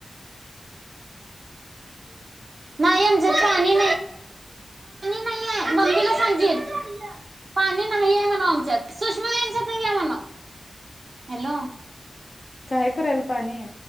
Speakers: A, on the right; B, on the left.
A: नाइ एमजात पाणी पाणी नाइयय ममीला सांगीन पाणी नाहीय म्हणावं आमच्यात सुषमी यांच्यात घ्या म्हण. हॅलो
B: काय करायला पाणी?